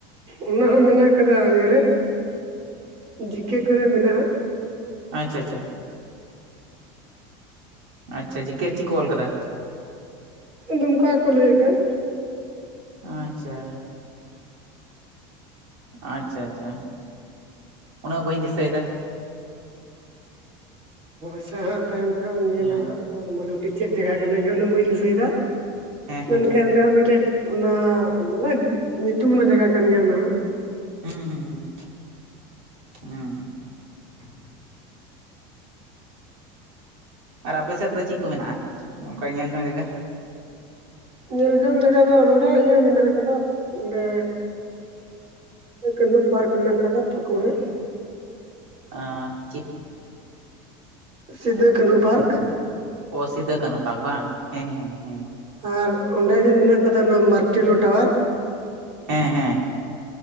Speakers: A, on the right; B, on the right.
A: ᱚᱱᱟ ᱦᱚᱸ ᱢᱮᱱᱟᱜ ᱟᱠᱟᱫᱟ ᱤᱭᱟᱹᱨᱮ ᱡᱤᱠᱮ ᱠᱚᱨᱮ ᱢᱮᱱᱟᱜ-ᱟ᱾
B: ᱟᱪᱷᱟ ᱟᱪᱷᱟ ᱟᱪᱪᱷᱟ ᱡᱤᱠᱮ ᱨᱮ ᱪᱤᱜ ᱠᱚ ᱚᱞ ᱠᱟᱫᱟ᱾
A: ᱫᱚᱢᱠᱟ ᱜᱮᱠᱚ ᱞᱟᱹᱭ ᱟᱠᱟᱫ
B: ᱟᱪᱪᱷᱟ ᱟᱪᱪᱷᱟ ᱟᱪᱪᱷᱟ ᱩᱱᱟᱹᱜ ᱵᱟᱹᱧ ᱫᱤᱥᱟᱹᱭ ᱫᱟ
A: ᱟᱪᱷᱟ ᱦᱟᱸᱜ ᱛᱟᱭᱚᱢ ᱛᱮ ᱦᱟᱸᱜ ᱮᱢ ᱧᱮᱞᱟ
B: ᱦᱩᱸ
A: ᱦᱟᱸᱜ, ᱢᱟᱞᱩᱴᱤ ᱪᱮᱫ ᱡᱟᱭᱜᱟ ᱠᱟᱱᱟ? ᱤᱧ ᱦᱚ ᱩᱱᱟᱜ ᱵᱟᱹᱧ ᱫᱤᱥᱟᱭ ᱫᱟ ᱫᱤᱥᱟᱹᱭ ᱫᱟ᱾
B: ᱦᱮᱸ ᱦᱮᱸ
A: ᱢᱮᱱᱠᱷᱟᱡ ᱚᱸᱰᱮ ᱦᱚᱸ ᱢᱤᱫᱴᱮᱡ ᱚᱱᱟ ᱚᱱᱟ ᱧᱩᱛᱩᱢ ᱟᱱᱟᱜ ᱡᱟᱭᱜᱟ ᱠᱟᱱ ᱜᱮᱭᱟ ᱚᱱᱟᱦᱚ᱾
B: ᱦᱩᱸ ᱦᱩᱸ ᱦᱩᱸ ᱦᱩᱸ
A: <inaudible>
B: ᱟᱨ ᱟᱯᱮ ᱥᱮᱫ ᱫᱚ ᱪᱮᱫ ᱠᱚ ᱢᱮᱱᱟᱜᱼᱟ᱾ ᱚᱱᱠᱟ ᱧᱮᱞ ᱡᱚᱝ ᱡᱟᱭᱜᱟ
A: ᱧᱮᱞ ᱡᱚᱝ ᱡᱟᱭᱜᱟ ᱫᱚ ᱱᱚᱸᱰᱮ ᱤᱭᱟᱹ ᱢᱮᱱᱟᱜ ᱟᱠᱟᱫᱟ᱾ ᱚᱸᱰᱮ ᱠᱟᱹᱱᱦᱩ ᱯᱟᱨᱠ ᱢᱮᱱᱟᱜ ᱟᱠᱟᱫᱟ ᱯᱟᱠᱩᱲ ᱨᱮ᱾
B: ᱟ
A: ᱥᱤᱫᱷᱟ. ᱠᱟᱹᱱᱦᱩ ᱯᱟᱨᱠᱚ᱾
B: ᱚ ᱥᱤᱫᱷᱟᱹ ᱠᱟᱱᱩ ᱯᱟᱨᱠᱚ ᱵᱟᱝ ᱦᱮᱸ ᱦᱮᱸ
A: ᱟᱨ ᱚᱸᱰᱮ ᱜᱮ ᱢᱮᱱᱟᱜ ᱟᱠᱟᱫᱟ ᱚᱱᱟ ᱢᱟᱨᱴᱮᱞᱳ ᱴᱟᱣᱟᱨ
B: ᱦᱮᱸ ᱦᱮᱸ